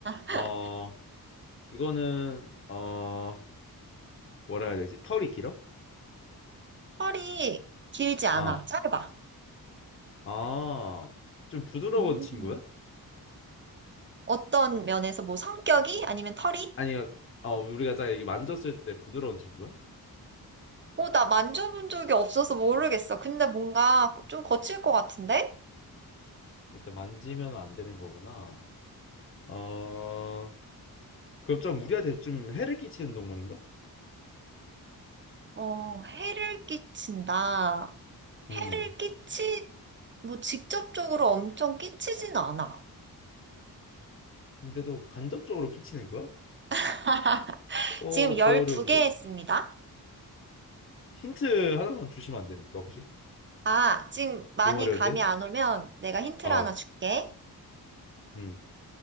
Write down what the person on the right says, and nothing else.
아.
털이 길지 않아.
짧아.
음.
어떤 면에서 뭐 성격이 아니면 털이?
어, 나 만져본 적이 없어서 모르겠어. 근데 뭔가 좀 거칠 것 같은데?
어, 해를 끼친다.
해를 끼치, 뭐 직접적으로 엄청 끼치진 않아.
<laughs>
지금 12개
했습니다.
아, 지금 많이
감이 안 오면 내가 힌트를
하나 줄게.